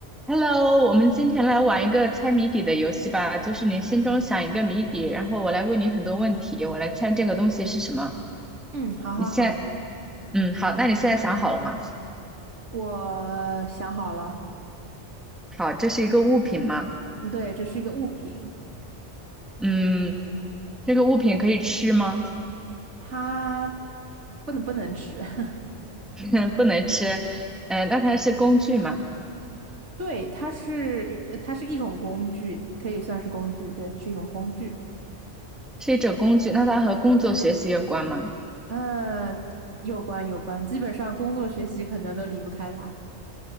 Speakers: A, in the centre; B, on the right (about 80°).
A: Hello，我们今天来玩一个猜谜底的游戏吧，就是你心中想一个谜底，然后我来问你很多问题，我来猜这个东西是什么。
B: 嗯，好好好，
A: 你现在，嗯，好，那你现在想好了吗？
B: 我想好了。
A: 好，这是一个物品吗？
B: 嗯，对，这是一个物品，
A: 嗯，这个物品可以吃吗？
B: 它不能不能吃。<laughs>
A: <laughs> 不能吃。嗯、那它是工具吗？
B: 对，它是呃它是一种工具，可以算是工具。对，是一种工具。
A: 是一种工具，那它和工作学习有关吗？
B: 呃，有关有关，基本上工作学习可能都离不开它。